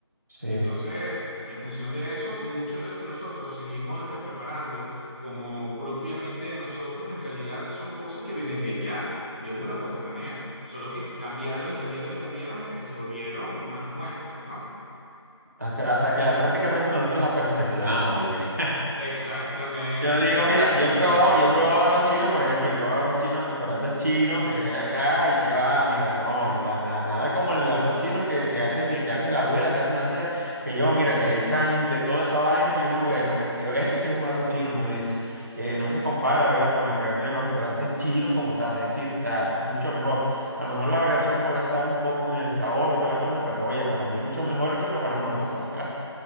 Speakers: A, on the right; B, on the left.
A: Sí,
B: Entonces, en función de eso, mucho de lo que nosotros seguimos después preparando como propiamente de nosotros, en realidad son cosas que vienen de allá, de una u otra manera. Solo que cambiaron y cambiaron y cambiaron hasta que se volvieron más nuestras, ¿no?
A: Hasta, hasta que las prácticamente nosotros las perfeccionamos, porque
B: Exactamente,
A: <laughs> yo digo,
B: claro,
A: mira, yo he probado,
B: cómo no.
A: yo he probado arroz chino, por ejemplo, he probado arroz chino en restaurantes chinos que hay acá y que va, mira, no, o sea, nada, nada como el arroz chino que, que hace mi, que hace la abuela, que hace una tía, que yo, mira, que le echan de toda esa vaina y uno, bueno, es- digo, esto sí es un arroz chino, uno dice, que no se compara, ¿verdad?, con el que venden en los restaurantes chinos como tal, es decir, o sea, mucho mejor. A lo mejor la variación podrá estar un poco en el sabor y toda la cosa, pero oye, para mí mucho mejor el que preparamos nosotros acá.